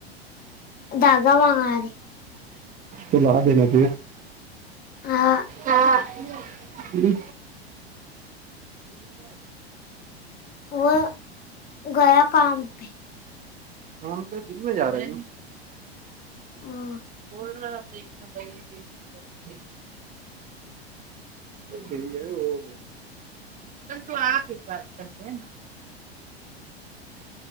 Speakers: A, on the left (about 30°); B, on the right (about 25°).
A: दधागा वागर
B: तला देला त
A: हाँ
B: हम्
A: व ग काम पे.
B: आम ते दिन मे जा र.
A: हाँ
B: बोल रहा देणे भाई देई. क आहे तर तू आ बा करते ना.